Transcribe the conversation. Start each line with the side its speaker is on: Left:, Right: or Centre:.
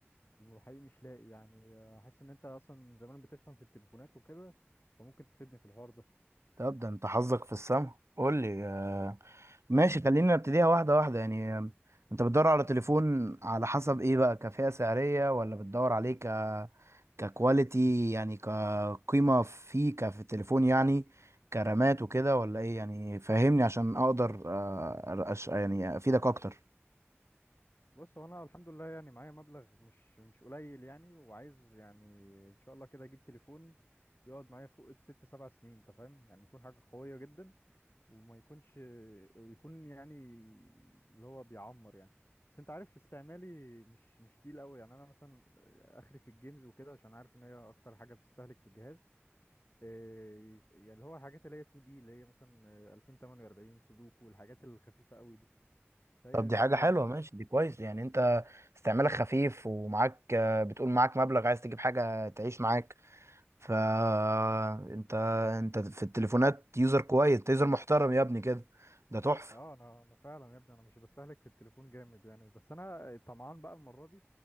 Left: وحقيقي مش لاقي يعني حاسس ان انت اصلا من زمان بتفهم في التليفونات وكده فممكن تفيدني في الحوار ده
Right: طب ده انت حظك في السما قول لي آه، ماشي خلينا نبتديها واحده واحده يعني آه، انت بتدور على تليفون على حسب ايه بقى كفئة سعريه ولا بتدور عليه ك ككواليتي يعني كقيمه فيه كفي التليفون يعني كرامات وكده ولا ايه يعني فهمني عشان اقدر آه، أش- يعني افيدك اكتر
Left: بص هو انا الحمد لله يعني معايا مبلغ مش مش قليل يعني وعايز يعني ان شاء الله كده اجيب تليفون يقعد معايا فوق الست سبع سنين انت فاهم يعني يكون حاجه قويه جدا وما يكونش ويكون يعني اللي هو بيعمر يعني بس انت عارف استعمالي مش مش تقيل قوي يعني انا مثلا اخري في الجيمز وكده عشان عارف ان هي اكتر حاجه بتستهلك في الجهاز إيه، يعني اللي هو الحاجات اللي هي 2 دي اللي هي مثلا 2048 سودوكو والحاجات الخفيفه قوي دي فهي
Right: طب دي
Left: ده
Right: حاجة حلوة
Left: يعني ده
Right: ماشي دي كويس يعني انت استعمالك خفيف ومعاك آه، بتقول معاك مبلغ عايز تجيب حاجة تعيش معاك فانت انت انت في التليفونات يوزر كويس انت يوزر محترم يا ابني كده ده تحفة
Left: اه انا انا فعلا يا ابني انا مش بستهلك في التليفون جامد يعني بس انا طمعان بقى المره دي